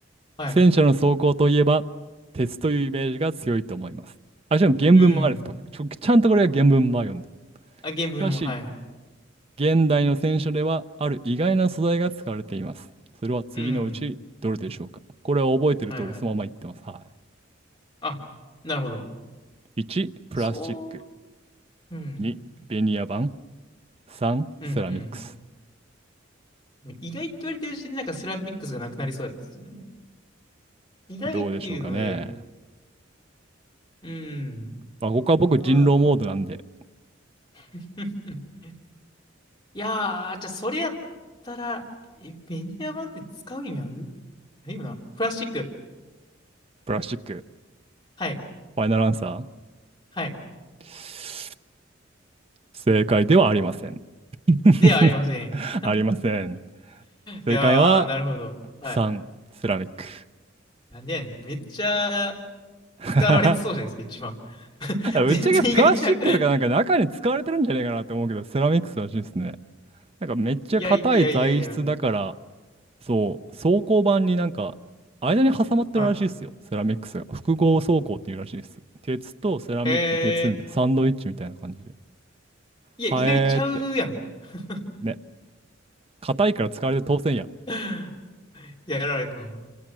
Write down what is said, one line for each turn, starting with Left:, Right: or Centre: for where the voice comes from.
Left: はい。
Right: 戦車の装甲といえば、鉄というイメージが強いと思います。あ、しかも原文もあるんです。
Left: うん。
Right: 僕ちょ、ちゃんとこれは原文も読んで。し
Left: あ、原文のも、
Right: かし、
Left: はいはい。
Right: 現代の戦車では、ある意外な素材が使われています。それは次のうち、
Left: うん。
Right: どれでしょうかこれは覚えてる通り、
Left: はいはい。
Right: そのまま言ってます。は
Left: あ、なるほど。
Right: い。1、プラスチック。
Left: そう、うん。
Right: 2、ベニヤ板。3、
Left: うんうん。
Right: セラミックス。
Left: 意外って言われてるうちになんかセラミックスがなくなりそうですね。意外っていうので、
Right: どうでしょうかね。
Left: うん。
Right: まあ、ここは僕、
Left: あん
Right: 人狼モードなんで、
Left: <laughs> いやー、じゃあそれやったら、え、ベニヤ板って使う意味あるないよな。プラスチック。
Right: プラスチック、
Left: はい。
Right: ファイナルアンサ
Left: はい。
Right: ー。正解ではありません。<laughs>
Left: ではありません。<laughs>
Right: ありません。正解は
Left: いやー、なるほど。はい。
Right: 3、セラミック。
Left: なんでやねん。めっちゃ
Right: <laughs>
Left: 使われてそうじゃないですか、一番。<laughs>
Right: ぶっちゃけプラスチックとかなんか中に使われてるんじゃねえかなって思うけど、
Left: 全然意外ちゃう。
Right: セラミックスらしいですね。なんかめっちゃ硬い材質だから、
Left: いやいやいやいや。
Right: そう、装甲板になんか間に挟まってるらしいですよ、
Left: はい。
Right: セラミックスが。複合装甲っていうらしいです。鉄とセラミック、
Left: え
Right: 鉄みたいな、サンドイッチみたいな感じで。
Left: ー、いや、
Right: はえーって。
Left: 意外ちゃうやん。<laughs>
Right: ね、硬いから使われて当然や。
Left: いややられたな。